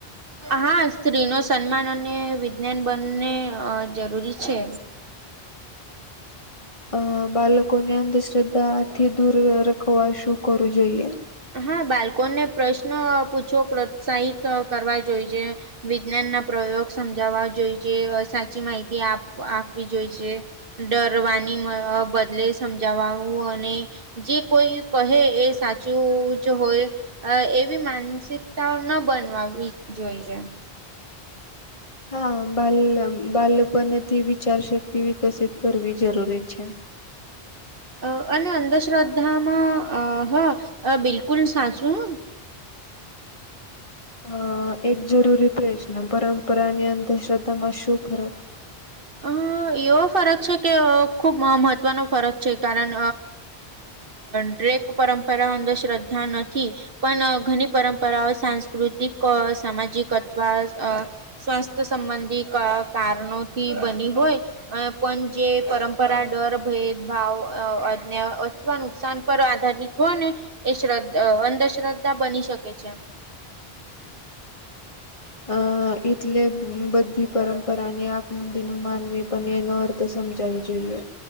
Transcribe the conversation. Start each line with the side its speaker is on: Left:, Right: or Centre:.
Right: હા સ્ત્રી ન સન્માન અને વિજ્ઞાન બંને જરૂરી છે.
Left: અ બાળકોને અંધશ્રદ્ધાથી દૂર રખવા શું કરવું જોઈએ.
Right: હા બાળકોને પ્રશ્ન પૂછો પ્રોત્સાહિત કરવા જોઈએ. વિજ્ઞાન ના પ્રયોગ સમજાવવા જોઈ છે સાચી માહિતી આપવી જોઈ છે. ડરવાની બદલે સમજાવું અને જે કોઈ કહે એ સાચું જ હોય. અ એવી માનસિકતા ન બનવાવી જોઈ છે.
Left: હા બાલ બાલપણથી વિચાર શક્તિ વિકસિત કરવી જરૂરી છે.
Right: અ અને અંધશ્રદ્ધામાં અ હ બિલકુલ સાચું હ.
Left: અ એક જરૂરી તો છે ને પરંપરાની અંધશ્રદ્ધા માં શું ફરક
Right: અ એવો ફરક છે કે ખુબ મહત્વનો ફરક છે કારણ ડ્રેક પરંપરા અંધશ્રદ્ધા નથી. પણ ઘણી પરંપરાઓ સાંસ્કૃતિક સામાજિક અત્વા સ્વાસ્થ સંબંધી ક કારણોથી બની હોય. અ પણ જે પરંપરા ડર, ભેદભાવ અજઞા અથવા નુકસાન પર આધારિત હોય ને એ શ્રદ્ધા અંધશ્રદ્ધા બની શકે છે.
Left: અ એટલે બધી પરંપરાને આમદી ન માનવી પણ એ નર્થ તો સમજાવી જોઈએ.